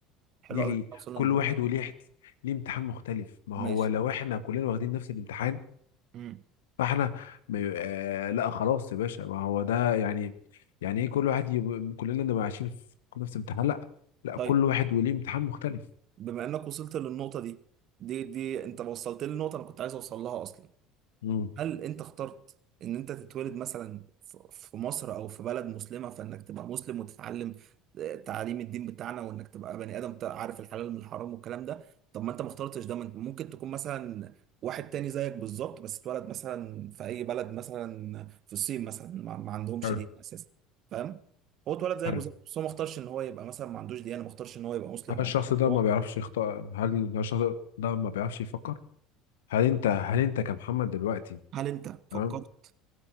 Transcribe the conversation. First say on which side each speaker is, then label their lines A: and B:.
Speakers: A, on the right; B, on the left.
A: حلو
B: دي ليه
A: قوي ان احنا وصلنا
B: كل
A: للنقطه
B: واحد
A: دي
B: وليه احت- ليه امتحان مختلف ما هو
A: ماشي
B: لو احنا كلنا واخدين نفس الامتحان
A: امم
B: فاحنا م- آه لا خلاص يا باشا ما هو ده يعني يعني ايه كل واحد يب... كلنا نبقى عايشين في نفس امتحان لا لا
A: طيب
B: كل واحد وليه امتحان مختلف
A: بما انك وصلت للنقطة دي دي دي انت وصلت لي النقطة انا كنت عايز اوصل لها اصلا
B: امم
A: هل انت اخترت ان انت تتولد مثلا ف- في مصر او في بلد مسلمة فانك تبقى مسلم وتتعلم آه، تعاليم الدين بتاعنا وانك تبقى بني ادم تع- عارف الحلال من الحرام والكلام ده طب ما انت ما اخترتش ده ما انت ممكن تكون مثلا واحد تاني زيك بالظبط بس اتولد مثلا في اي بلد مثلا في الصين مثلا ما, ما عندهمش
B: حلو
A: دين اساسا فاهم هو اتولد زيك
B: حلو
A: بالظبط بس هو ما اختارش ان هو يبقى مثلا ما عندوش ديانة ما اختارش ان هو يبقى مسلم
B: هل الشخص
A: او مش.
B: ده
A: هو
B: ما بيعرفش يخطأ هل هل الشخص ده ما بيعرفش يفكر هل انت هل انت كمحمد دلوقتي
A: هل انت فكرت
B: تمام